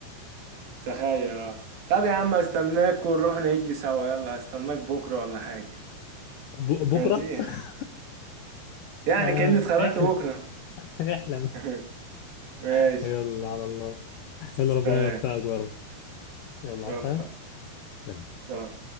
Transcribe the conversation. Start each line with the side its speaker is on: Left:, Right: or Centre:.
Right: تخيل اه طب يا عم استناك ونروح نهجي سوا يلا هستناك بكره ولا حاجه
Left: ب... بكره
Right: ماشي
Left: <laughs>
Right: <laughs> يعني
Left: آه
Right: كأني اتخرجت
Left: احلم
Right: بكره
Left: <laughs> احلم
Right: <laughs> ماشي
Left: <laughs> يلا على الله
Right: سلام
Left: يلا ربنا يوفقك يا رب يلا
Right: رفع
Left: عفا سلام
Right: سلام